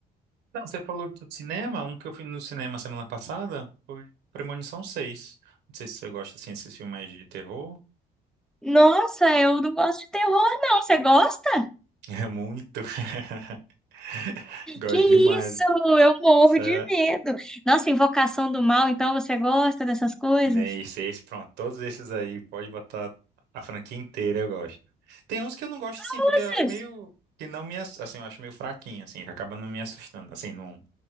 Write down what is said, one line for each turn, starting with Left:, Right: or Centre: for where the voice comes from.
Right: Não, você falou do cinema, um que eu fui no cinema semana passada foi Premonição 6. Não sei se você gosta assim desses filmes mais de terror.
Centre: Nossa, eu não gosto de terror, não. Você gosta?
Right: É muito. <laughs> Gosto
Centre: Que
Right: demais.
Centre: isso? Eu morro
Right: Essa-
Centre: de medo. Nossa, Invocação do Mal, então você gosta dessas coisas?
Right: Nem seis, pronto, todos esses aí, pode botar a franquia inteira, eu gosto. Tem uns que eu não gosto assim,
Centre: Nossa,
Right: porque eu acho meio que não me, ass- assim, eu acho meio fraquinho assim, que acaba não me assustando, assim, não,